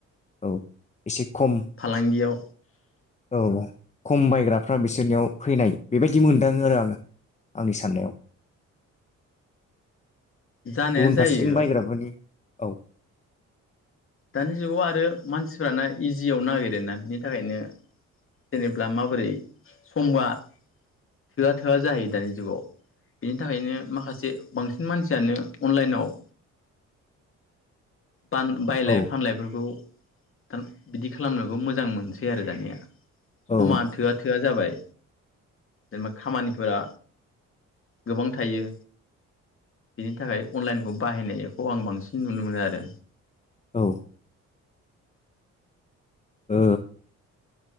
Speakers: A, on the left; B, on the left.
A: औ एसे खम
B: फालांगियाव
A: औ - औ खम बायग्राफ्रा बिसोरनियाव फैनाय बेबायदि मोनदाङो आरो आंङो आंनि साननायाव
B: जानाया
A: गुबुन
B: जायो
A: फारसेथिं बायग्राफोरनि औ
B: दानि जुगाव आरो मानसिफ्राना इजियाव नागिरोना बिनि थाखायनो जेनेब्ला माबोरै समबा थोआ थोआ जाहैयो दानि जुगाव बिनि थाखायनो माखासे बांसिन मानसियानो अनलाइनाव बायलाय
A: औ
B: फानलायफोरखौ थान बिदि खालामनोखौ मोजां मोनसै आरो दानिया
A: औ
B: समा थोआ थोआ जाबाय जेनेबा खामानिफोरा गोबां थायो बेनि थाखाय अनलाइनखौ बाहायनायखौ आं बांसिन नुनो मोनो आरो दा
A: औ ओ